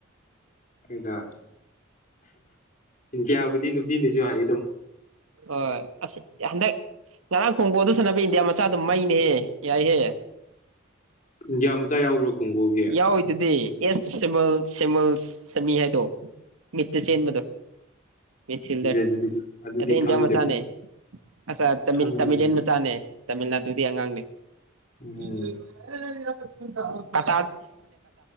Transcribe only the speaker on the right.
ꯍ ꯑꯁ ꯍꯟꯗꯛ ꯉꯔꯥꯡ ꯈꯣꯡꯀꯣꯜꯗ ꯁꯥꯟꯅꯕ ꯏꯟꯗꯤꯌꯥ ꯃꯆꯥꯗꯨ ꯃꯩꯅꯦꯍꯦ ꯌꯥꯏꯍꯦ
ꯌꯥꯎ ꯍꯣꯏꯇꯗꯤ ꯌꯦꯁ ꯁꯤꯃꯜ ꯁꯃꯜ ꯁꯃꯤ ꯍꯥꯏꯗꯣ ꯃꯤꯠꯇ ꯆꯦꯟꯕꯗꯣ ꯁꯤꯜꯗ
ꯏꯟꯗꯤꯌꯥ
ꯃ ꯆꯅꯦꯦ ꯑ ꯇꯃꯤ
ꯇꯃꯤꯂꯤꯟ ꯆꯅꯦ ꯇꯃꯤꯜꯅꯥꯗꯨꯗꯤ ꯑꯉꯥꯡꯅꯤ
<unintelligible>